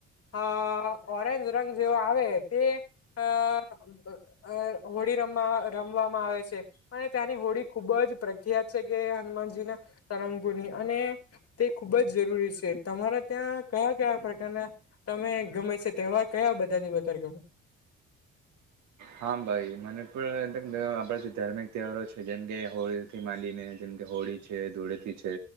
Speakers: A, on the left; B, on the right.
A: આ ઓરેન્જ રંગ જેવ આવે તે અઅઅ હોળી રમ રમવામાં આવે છે અને ત્યાંની હોળી ખુબ જ પ્રખ્યાત છે કે હનુમાનજી ના રંગગુરની અને તે ખુબ જ જરૂરી છે તમારા ત્યાં કયા કયા પ્રકાર તને તમે ગમે છે તહેવાર કયા બધાથી વધારે ગમે
B: હા ભાઈ મને પણ અધનધયઆપડા જે ધાર્મિક તહેવારો છે જેમ કે હોળી થી માંડીને તે હોળી છે ધૂળેથી છે